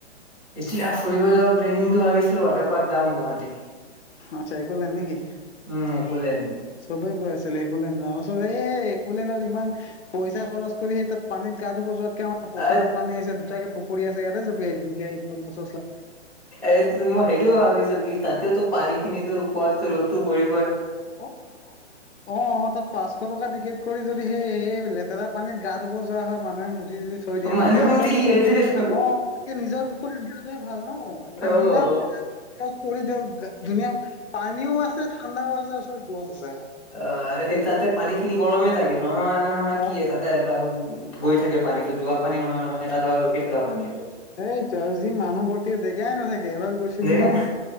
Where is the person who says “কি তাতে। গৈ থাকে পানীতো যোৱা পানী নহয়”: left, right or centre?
Centre